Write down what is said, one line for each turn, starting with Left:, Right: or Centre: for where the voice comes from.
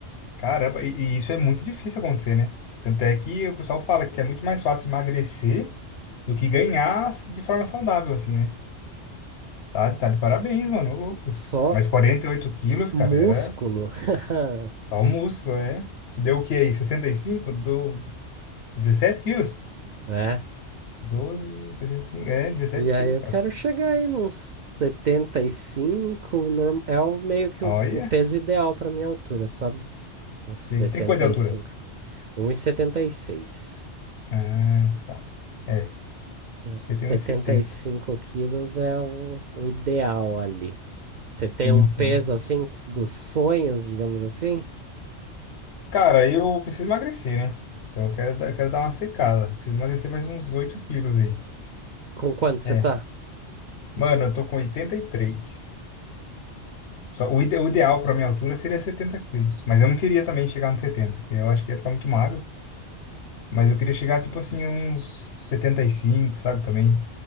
Left: Caramba, e, e isso é muito difícil acontecer, né? Tanto é que o pessoal fala que é muito mais fácil emagrecer do que ganhar de forma saudável, assim, né? Tá, tá de parabéns, mano, ô louco.
Right: só
Left: Mas 48 quilos,
Right: músculo.
Left: cara, era
Right: <laughs>
Left: só o músculo, é? Deu o que aí? sessenta e cinco Deu 17 quilos?
Right: É.
Left: Doze sessenta e cinco? é, 17
Right: E aí
Left: quilos,
Right: eu
Left: cara.
Right: quero chegar aí nos 75, norm- é o meio que
Left: Olha,
Right: o, o peso ideal para minha altura, sabe? Uns
Left: vocês
Right: setenta
Left: têm quanto de altura?
Right: setenta e e cinco. Um e setenta e seis.
Left: Ah, tá. É,
Right: Uns setenta
Left: eu tenho uns 70.
Right: e cinco quilos é o, o ideal ali. Você
Left: Sim,
Right: tem um
Left: sim.
Right: peso assim dos sonhos, digamos assim?
Left: Cara, eu preciso emagrecer, né? Então eu quero, dar- eu quero dar uma secada. Preciso emagrecer mais uns 8 quilos aí.
Right: Com quanto você
Left: É.
Right: tá?
Left: Mano, eu tô com 83. Só, o, ide- o ideal pra minha altura seria 70 quilos. Mas eu não queria também chegar nos 70, que eu acho que ia ficar muito magro. Mas eu queria chegar, tipo assim, uns 75, sabe? Também.